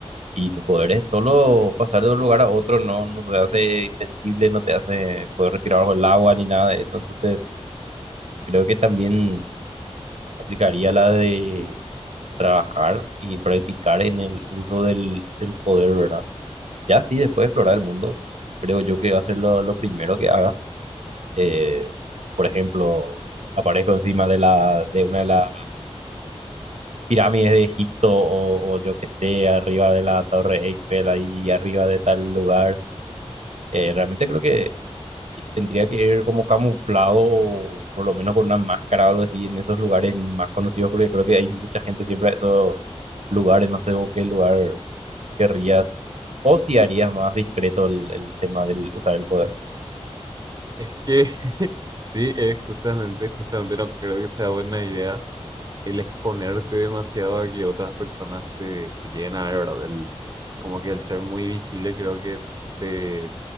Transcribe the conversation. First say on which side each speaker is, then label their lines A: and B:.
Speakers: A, on the right (about 80°); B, on the right (about 35°).
A: y tu poder es solo pasar de un lugar a otro, no, no te hace invencible, no te hace poder respirar bajo el agua ni nada de eso, entonces creo que también aplicaría la de trabajar y practicar en el uso del, del poder, ¿verdad? Ya sí, después de explorar el mundo, creo yo que va a ser lo, lo primero que haga. Eh, por ejemplo, aparezco encima de la, de una de las pirámides de Egipto o, o yo qué sé, arriba de la Torre Eiffel, ahí arriba de tal lugar. Eh, realmente creo que tendría que ir como camuflado o por lo menos con una máscara o algo así en esos lugares más conocidos porque creo que hay mucha gente siempre a esos lugares, no sé vos qué lugar querrías o si harías más discreto el el tema del usar el poder.
B: Es que <laughs> sí, eh, justamente, justamente no creo que sea buena idea el exponerte demasiado a que otras personas te, te lleguen a ver, ¿verdad? El, como que el ser muy visible creo que te,